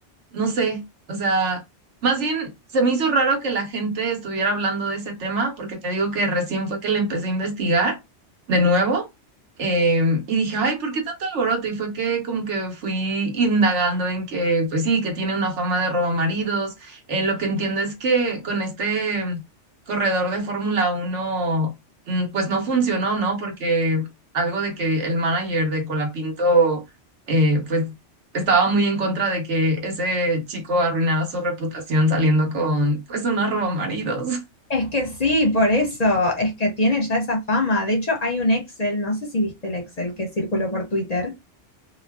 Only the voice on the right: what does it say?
no sé, o sea, más bien se me hizo raro que la gente estuviera hablando de ese tema, porque te digo que recién fue que le empecé a investigar de nuevo, em, y dije, ay, ¿por qué tanto alboroto? Y fue que como que fui indagando en que, pues sí, que tiene una fama de robamaridos, eh, lo que entiendo es que con este corredor de Fórmula uno mm, pues no funcionó, ¿no? Porque algo de que el manager de Colapinto... eh, pues estaba muy en contra de que ese chico arruinara su reputación saliendo con, pues, una roba maridos. <laughs>